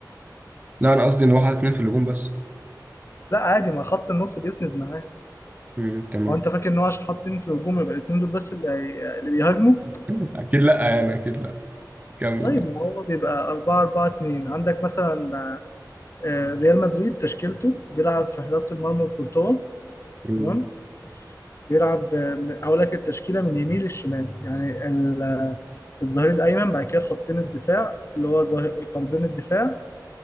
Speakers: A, on the right; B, on the left.
A: لا انا قصدي ان هو حاطط اتنين في الهجوم بس
B: لا عادي ما خط النص بيسند معاه
A: امم تمام
B: هو أنت فاكر إن هو عشان حاطين في الهجوم يبقى الاتنين دول بس اللي هي- اللي بيهاجموا
A: <laughs> اكيد لا يعني اكيد لا كمل
B: طيب
A: اه
B: ما هو بيبقى 4 4 2 عندك مثلا آه، ريال مدريد تشكيلته بيلعب في حراسة المرمى وكورتوا
A: أمم،
B: تمام بيلعب من- اقول لك التشكيله من اليمين للشمال يعني ال- الظهير الايمن بعد كده خطين الدفاع اللي هو ظهير- قلبين الدفاع